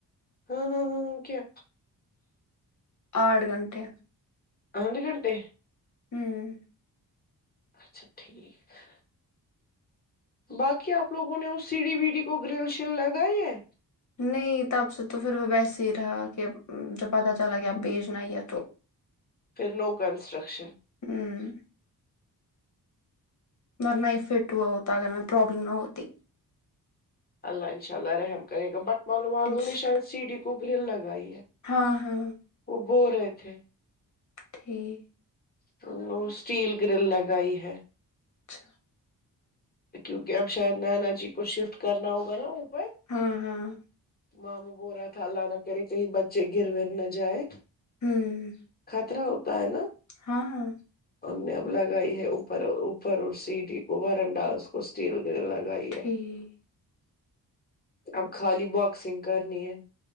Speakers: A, on the left; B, on the left.
A: ہاں ہاں ہاں ہاں کیا
B: آٹھ گھنٹے
A: آٹھ گھنٹے
B: ہوں
A: اچھا ٹھیک ہے باقی آپ لوگوں نے اس سی ڈی بی ڈی کو گرل شل لگائی ہے
B: نہیں تب سے تو پھر وہ ویسے ہی رہا کہ جب پتا چلا کہ آب بھیجنا ہی ہے تو
A: پھر لوو کنسٹرکشن
B: ہوں مرنافٹ ہوا ہوتا اگر پرابلم نہ ہوتی
A: اللہ انشاء اللہ رحم کرے گا بٹ مالوں والوں
B: انشاء
A: نے
B: اللہ
A: شاید سی ڈی کو گرل لگائی ہے
B: ہاں ہاں
A: وہ بول رہے تھے
B: جی
A: تو اسٹیل گرل لگائی ہے
B: اچھا
A: کیونکہ اب شاید نینا جی کو شفٹ کرنا ہوگا نا اوپر
B: ہاں ہاں
A: ماموں بولرا تھا اللہ نہ کرے کہیں بچے گر ور نہ جائے
B: ہوں
A: خطرہ ہوتا ہے نا
B: ہاں
A: ان نے اب لگائی ہے اوپر اوپر اور سی ڈی کو ور انڈا اس کو اسٹیل گرل لگائی
B: ٹھیک
A: ہے اب خالی باکسنگ کرنی ہے